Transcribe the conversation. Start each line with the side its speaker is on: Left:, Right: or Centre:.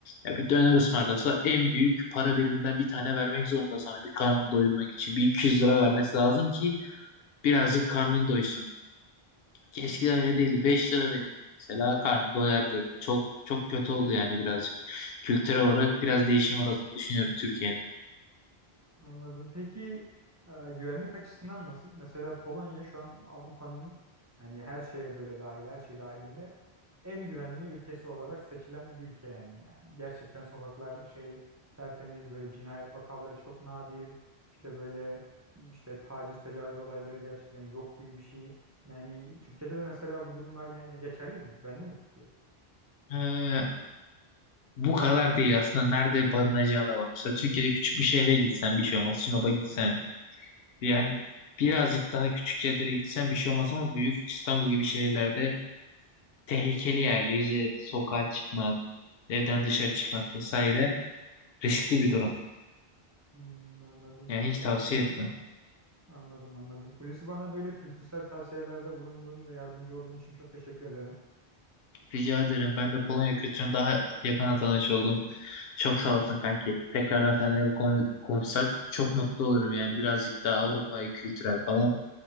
Left: Ya bir döner ısmarlasa en büyük para biriminden bir tane vermek zorunda sana bir karnını doyurmak için. Bir 200 lira vermesi lazım ki birazcık karnın doysun. Ki Eskiden
Right: Anladım.
Left: öyle değildi. beş lira verirdi mesela karnı doyardı. Çok çok kötü oldu yani birazcık. Kültürel olarak biraz değişim uğradığını düşünüyorum Türkiye'nin.
Right: Anladım. Peki e, güvenlik açısından nasıl? Mesela Polonya şu an Avrupa'nın hani her şeye böyle dahil, her şey dahilinde en güvenli ülkesi olarak seçilen bir ülke yani. Yani gerçekten sokaklar şey tertemiz böyle cinayet vakaları çok nadir. İşte böyle işte taciz, tecavüz olayları gerçekten yok gibi bir şey. Yani Türkiye'de de mesela bu durumlar yani geçerli mi? Güvenli mi Türkiye?
Left: Ee, Bu kadar değil aslında nerede barınacağına bak. Mesela Türkiye'de küçük bir şehre gitsen bir şey olmaz. Sinop'a gitsen yani birazcık daha küçük yerlere gitsen bir şey olmaz ama büyük İstanbul gibi şehirlerde tehlikeli ya. Gece sokağa çıkmak, evden dışarı çıkmak vesaire riskli bir durum.
Right: Hmm, anladım.
Left: Yani hiç tavsiye
Right: Hulusi,
Left: etmem.
Right: Anladım anladım. Polisi bana böyle kültürel tavsiyelerde bulunduğun ve yardımcı olduğun için çok teşekkür ederim.
Left: Rica ederim. Ben de Polonya kültürünü daha yakına tanış oldum. Çok sağ olsun kanki. Tekrardan seninle bu konu konuşsak çok mutlu olurum yani. Birazcık daha Avrupa'yı kültürel falan.